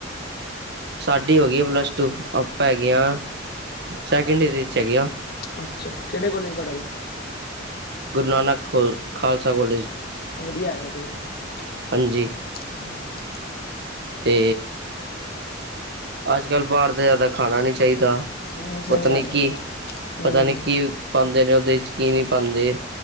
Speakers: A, on the right (about 60°); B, on the left (about 50°).
A: ਸਾਡੀ ਹੋ ਗਈ ਆ ਪਲੱਸ ਟੂ ਆਪਾਂ ਹੈਗੇ ਹ ਸੈਕਿੰਡ ਏਯਰ ਚ ਹੈਗੇ ਹਾਂ।
B: ਅੱਛਾ ਕਿਹੜੇ ਕੋਲੇਜ ਪੜ੍ਹਾਦੇ।
A: ਗੁਰੂ ਨਾਨਕ ਖਲ ਖਾਲਸਾ ਕਾਲਜ।
B: ਵਧੀਆ ਹੈਗਾ ਕਾਲਜ ਤੇ।
A: ਹਾਂਜੀ।
B: ਹਮ <unintelligible>
A: ਤੇ ਅੱਜ-ਕੱਲ ਬਾਹਰ ਦਾ ਜ਼ਿਆਦਾ ਖਾਣਾ ਨੀ ਚਾਹੀਦਾ
B: ਹੂੰ ਸਹੀ
A: ਪਤਾ
B: ਗੱਲ
A: ਨੀ
B: ਹੈ
A: ਕੀ
B: ਹੂੰ
A: ਪਤਾ ਨੀ ਕੀ ਪਾਉਂਦੇ ਨੇ ਉਹਦੇ ਚ ਕੀ ਨਹੀਂ ਪਾਉਂਦੇ